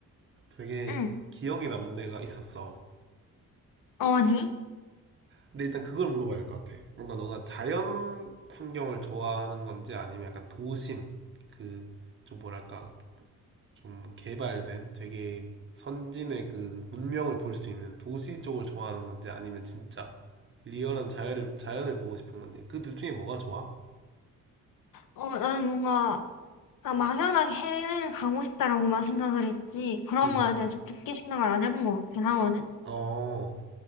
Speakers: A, on the right; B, on the left.
A: 되게
B: 응.
A: 기억에 남는 데가 있었어.
B: 어디?
A: 근데 일단 그걸 물어봐야 할 것 같아. 뭔가 너가 자연 풍경을 좋아하는 건지 아니면 약간 도심, 그, 좀 뭐랄까, 좀 개발된 되게 선진의 그 문명을 볼 수 있는 도시 쪽을 좋아하는 건지 아니면 진짜 리얼한 자연을 자연을 보고 싶은 건지 그 둘 중에 뭐가 좋아?
B: 어, 나는 뭔가 막 막연하게 해외여행 가고 싶다라고만 생각을 했지. 그런
A: 음.
B: 거에 대해서 깊게 생각을 안 해본 것 같긴 하거든.
A: 어,